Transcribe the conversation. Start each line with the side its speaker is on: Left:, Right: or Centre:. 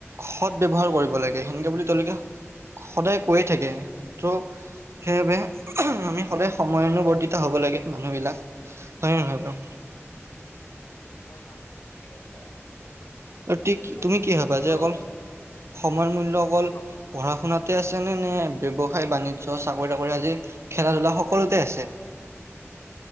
Right: সৎ ব্যৱহাৰ কৰিব লাগে। সেনেকে বুলি তেওঁলোকে সদায় কৈয়ে থাকে। ত' সেইবাবে আমি সদায় সময়ানবৰ্তিত হ'ব লাগে মানুহবিলাক। হয় নে নহয় বাৰু?
Left: হয় হয় ঠিকে কৈছা। কিয়নো
Right: তি
Left: বহুত
Right: তুমি কি
Left: সকলো
Right: ভবা যে অকল সময় মূল্য অকল
Left: কোৱা কোৱা।
Right: পঢ়া শুনাতে আছেনে নে ব্যৱসায় বাণিজ্য চাকৰি তাকৰি আদি খেলা-ধূলা সকলোতে আছে?